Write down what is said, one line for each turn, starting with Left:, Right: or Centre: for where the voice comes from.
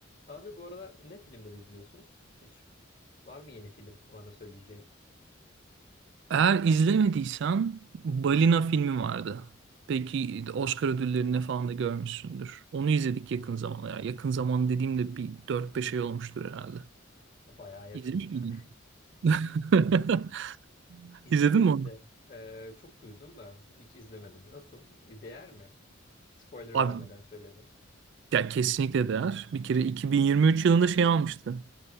Left: Abi bu aralar ne filmleri izliyorsun? Hiç var mı yeni film bana söyleyeceğin?
Right: Eğer izlemediysen Balina filmi vardı. Belki Oscar ödüllerine falan da görmüşsündür. Onu izledik yakın zamanda. ya. yakın zaman dediğimde bir dört beş ay olmuştur herhalde.
Left: Bayağı yakınmış
Right: İzlemiş miydin?
Left: ha.
Right: <laughs>
Left: <laughs> İzlemedim
Right: İzledin mi onu?
Left: de eee, çok duydum da hiç izlemedim. Nasıl? E, Değer mi? Spoiler
Right: Abi
Left: vermeden şöyle bir.
Right: ya kesinlikle değer. Bir kere 2023 yılında şey almıştı.